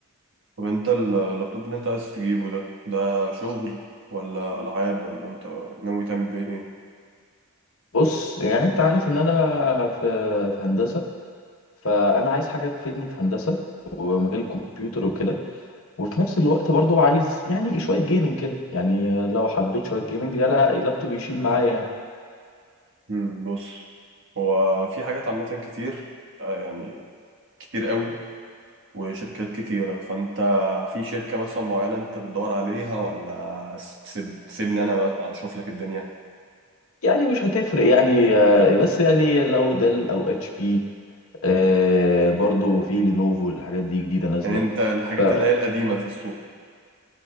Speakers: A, on the right; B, on the left.
A: طب انت ال- اللابتوب اللي انت عايز تجيبه ده ده شغل ولا العاب ولا انت ناوي تعمل بيه ايه
B: بص يعني انت عارف ان انا في في هندسه فانا عايز حاجه تفيدني في هندسه ومجال الكمبيوتر وكده وفي نفس الوقت برضو عايز يعني شويه جيمنج كده يعني لو حبيت شويه جيمنج لا لا، اللابتوب يشيل معايا يعني
A: مم، بص هو في حاجات عامه كتير آه، يعني كتير قوي وشركات كتيره فانت في شركه مثلا معينه انت بتدور عليها ولا س- تسيب تسيبني انا اشوف لك الدنيا
B: يعني مش هتفرق يعني آه، بس يعني لو ديل او اتش بي آه، برضو في لينوفو الحاجات دي جديده نازله
A: يعني انت الحاجات
B: ف اه
A: اللي هي القديمه في السوق